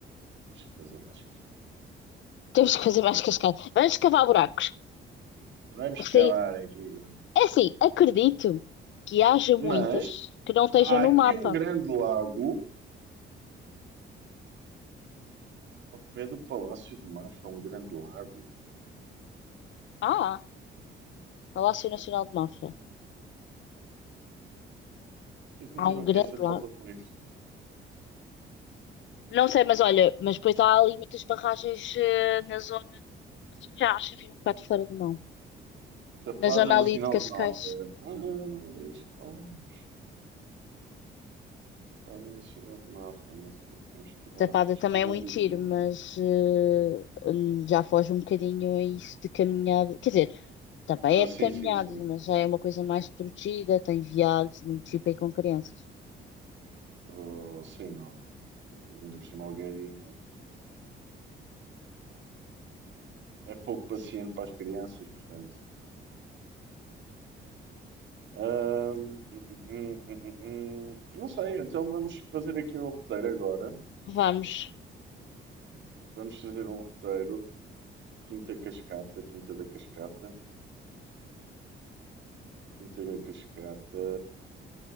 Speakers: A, on the right; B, on the left.
A: temos que fazer mais cascatas.
B: <laughs> Temos que fazer mais cascada. Vamos cavar buracos.
A: Vamos cavar
B: Sim.
A: aqui, Gama.
B: É assim, acredito que haja muitas
A: Mas
B: que não estejam
A: há
B: no
A: aqui
B: mapa.
A: um grande lago. Ao pé do Palácio de Mafra, um grande lago.
B: Ah, Palácio Nacional de Mafra.
A: Por que é que
B: Há
A: meteram
B: um
A: aqui
B: grande
A: esta
B: lago.
A: foto com isto?
B: Não sei, mas olha, mas depois há ali muitas barragens eh, na zona. Já acho que fica um bocado fora de mão.
A: Tapada
B: Na zona
A: Nacional
B: ali de Cascais.
A: de Mafra. Ah, é isto que falámos. Tapada Nacional de Mafra, mas temos que ir lá.
B: Tapada
A: Isto
B: também
A: dos
B: é
A: Bambis
B: muito tiro,
A: andam
B: mas
A: aqui.
B: eh, já foge um bocadinho a isso de caminhada. Quer dizer, tapa
A: Ah,
B: é
A: sim,
B: de caminhadas,
A: sim, sim,
B: mas
A: sim.
B: já é uma coisa mais protegida, tem viados, muito tipo aí com crianças.
A: Oh, sim, não. Ainda por cima, Algueria é pouco paciente para as crianças, portanto. Ahm, hum, hum, hum, hum. hum, hum, hum. não sei, então vamos fazer aqui um roteiro agora.
B: Vamos.
A: Vamos fazer um roteiro. Quinta Cascata, Quinta da Cascata, Quinta da Cascata,